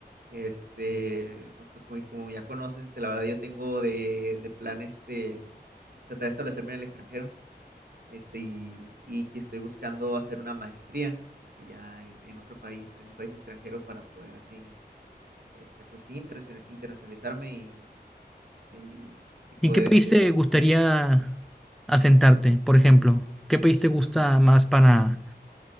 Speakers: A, on the right (about 60°); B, in the centre.
A: Este, pues porque como como ya conoces, este, la verdad yo tengo de, de plan este, tratar de establecerme en el extranjero, este, y, y que estoy buscando hacer una maestría, este, ya en, en otro país, en un país extranjero para poder así, este, pues sí, internacion- internacionalizarme y, y, y
B: ¿En
A: poder,
B: qué país
A: este,
B: te gustaría asentarte, por ejemplo? ¿Qué país te gusta más para